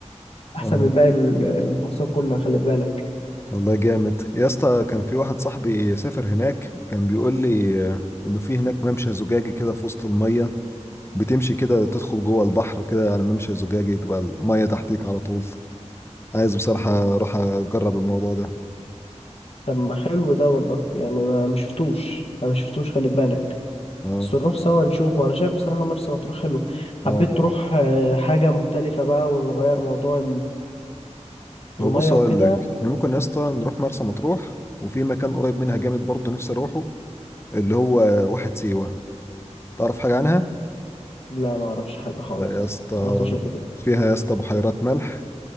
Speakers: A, on the left (about 55°); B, on the left (about 20°).
A: أحسن
B: اه
A: من باقي المحافظات كلها خلي بالك
B: والله جامد يا اسطى كان في واحد صاحبي سافر هناك كان بيقول لي آه، انه في هناك ممشى زجاجي كده في وسط المية بتمشي كده تدخل جوه البحر كده على ممشى زجاجي تبقى المية تحتيك على طول عايز بصراحة اروح اجرب الموضوع ده
A: طب ما حلو ده والله يعني ما مشفتوش أنا مشفتوش خلي بالك
B: اه
A: بس نروح سوا نشوفه أنا شايف بصراحة مرسى مطروح حلو
B: اه
A: حبيت
B: والله
A: تروح آه، حاجة مختلفة بقى ونغير موضوع
B: هو
A: المية
B: بص اقول
A: وكده
B: لك احنا ممكن يا اسطى نروح مرسى مطروح وفي مكان قريب منها جامد برضه نفسي اروحه اللي هو واحد سيوة تعرف حاجة عنها
A: لا ما اعرفش حاجة خالص
B: لا يا اسطى
A: ما رحتش قبل كده
B: فيها يا اسطى بحيرات ملح